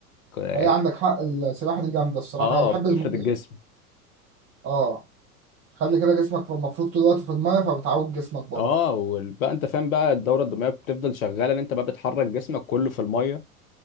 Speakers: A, on the left; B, on the right.
A: ك-
B: هي عندك حق السباحة دي جامدة الصراحة
A: اه
B: أنا بحب
A: بتفرد
B: المية
A: الجسم
B: اه خلي كده جسمك في- المفروض طول الوقت في المية فبتعود جسمك برضه
A: اه وبقى انت فاهم بقى الدوره الدمويه بتفضل شغاله ان انت بقى بتحرك جسمك كله في الميه